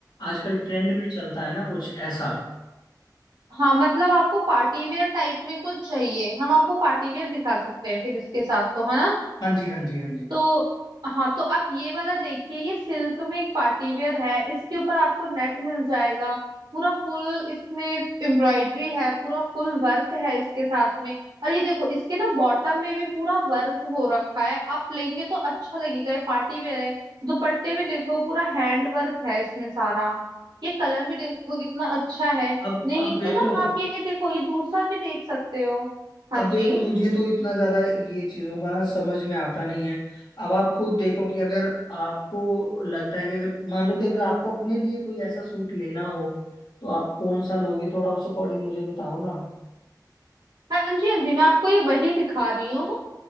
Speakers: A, on the left; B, on the right.
A: आजकल ट्रेंड भी चलता है ना कुछ ऐसा
B: हाँ मतलब आपको पार्टी वेयर टाइप में कुछ चाहिए हम आपको पार्टी वेयर दिखा सकते हैं फिर इसके साथ तो है ना
A: हाँ जी हाँ जी हाँ जी
B: तो हाँ तो आप ये वाला देखिए ये सिल्क में एक पार्टी वेयर है इसके ऊपर आपको नेट मिल जाएगा पूरा फुल इसमें एम्ब्रॉयडरी है पूरा फुल वर्क है इसके साथ में और ये देखो इसके ना बॉटम में भी पूरा वर्क हो रखा है आप लेंगे तो अच्छा लगेगा ये पार्टी वेयर है दुपट्टे में देखो पूरा हैंड वर्क है इसमें सारा ये कलर भी देखो कितना अच्छा है
A: अब
B: नहीं
A: अब देखो
B: तो ना आप ये देखो ये दूसरा भी देख सकते हो हाँ
A: अब देखो
B: जी
A: मुझे तो इतना ज्यादा ये चीजों का ना समझ में आता नहीं है अब आप खुद देखो कि अगर आपको लगता है कि अगर मान लो कि अगर आपको अपने लिए कोई ऐसा सूट लेना हो तो आप कौन सा लोगी थोड़ा उस अकॉर्डिंग मुझे बताओ ना
B: हाँ जी हाँ जी मैं आपको ये वही दिखा रही हूँ